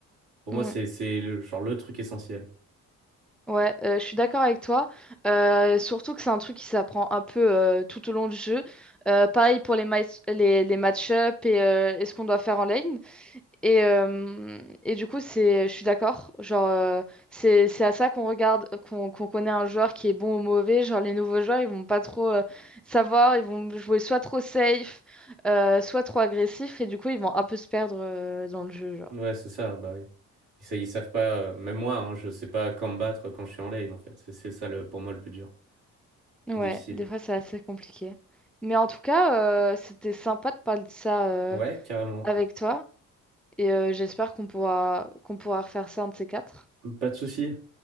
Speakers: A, on the right (about 60°); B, in the centre.
A: Pour
B: Mm.
A: moi, c'est c'est le, genre le truc essentiel.
B: Ouais, euh, je suis d'accord avec toi. Euh, surtout que c'est un truc qui s'apprend un peu euh, tout au long du jeu. Euh, pareil pour les, ma- les, les match-up et euh, et ce qu'on doit faire en lane. Et, euh, et du coup, c'est, je suis d'accord. Genre, euh, c'est, c'est à ça qu'on regarde, qu'on qu'on connaît un joueur qui est bon ou mauvais. Genre, les nouveaux joueurs, ils vont pas trop euh, savoir. Ils vont jouer soit trop safe, euh, soit trop agressif. Et du coup, ils vont un peu se perdre euh, dans le jeu, genre.
A: Ouais, c'est ça, bah oui. Ils, sa- ils savent pas, euh, même moi, hein, je sais pas combattre quand je suis en lane, en fait. C'est c'est ça le, pour moi le plus dur.
B: Ouais,
A: Plus difficile.
B: des fois, c'est assez compliqué. Mais en tout cas, euh, c'était sympa de parler de ça euh,
A: Ouais, carrément.
B: avec toi. Et euh, j'espère qu'on pourra, qu'on pourra refaire ça un de ces quatre.
A: Pas de souci.